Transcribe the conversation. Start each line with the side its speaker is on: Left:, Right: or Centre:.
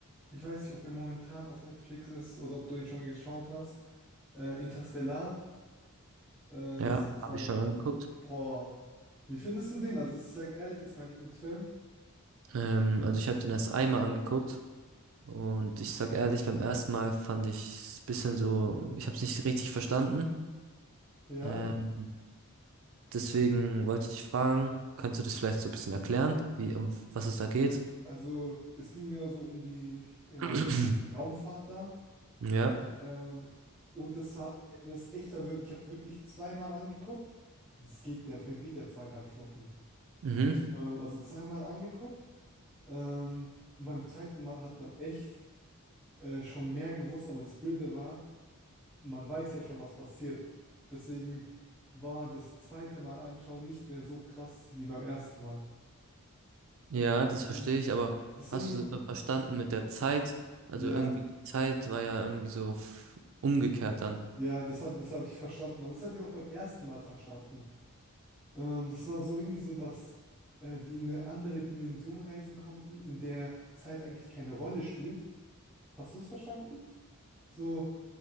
Centre: Ich weiß nicht, ob er momentan auf Netflix ist oder ob du den schon geschaut hast. Äh, Interstellar. Äh,
Right: Ja,
Centre: das ist
Right: habe
Centre: mein.
Right: ich schon angeguckt.
Centre: Boah. Wie findest du den? Also, ich sag ehrlich, das ist mein Lieblingsfilm.
Right: Ähm, also ich habe den erst einmal angeguckt und ich sag ehrlich, beim ersten Mal fand ich ein bisschen so, ich habe es nicht richtig verstanden.
Centre: Ja.
Right: Ähm, deswegen wollte ich dich fragen, kannst du das vielleicht so ein bisschen erklären, wie, um was es da geht?
Centre: Also, es ging ja so um die äh,
Right: <clears throat>
Centre: Raumfahrt da.
Right: Ja.
Centre: Ähm, und das war das ist echt verwirrend. Ich habe es wirklich zweimal angeguckt. Das geht, der Film geht ja zweieinhalb Stunden.
Right: Mhm.
Centre: Ähm, also zweimal angeguckt. Ähm, und beim zweiten Mal hat man echt äh, schon mehr gewusst, aber das Blöde war. man weiß ja schon, was passiert. Deswegen war das zweite Mal anschauen nicht mehr so krass wie beim ersten Mal.
Right: Ja, das
Centre: Mhm.
Right: verstehe ich, aber
Centre: Deswegen,
Right: hast du das dann verstanden mit der Zeit? Also
Centre: ja,
Right: irgendwie die Zeit war ja irgendwie so f- umgekehrt dann.
Centre: ja, das habe das hab ich verstanden. Aber das habe ich auch beim ersten Mal verstanden. Ähm, das war so irgendwie so, dass äh, die in eine andere Dimension reisen konnten, in der Zeit eigentlich keine Rolle spielt. Hast du es verstanden? So,